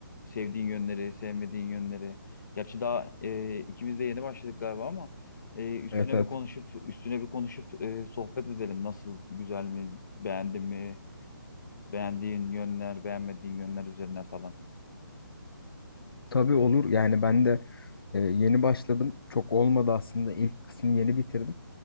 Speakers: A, on the left; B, on the left.
A: sevdiğin yönleri, sevmediğin yönleri. Gerçi daha e, ikimiz de yeni başladık galiba ama e, üstüne
B: Evet evet.
A: bir konuşup üstüne bir konuşup e, sohbet edelim. Nasıl güzel mi, beğendin mi, beğendiğin yönler, beğenmediğin yönler üzerine falan.
B: Tabii olur. Yani ben de e, yeni başladım. Çok olmadı aslında. İlk kısmı yeni bitirdim.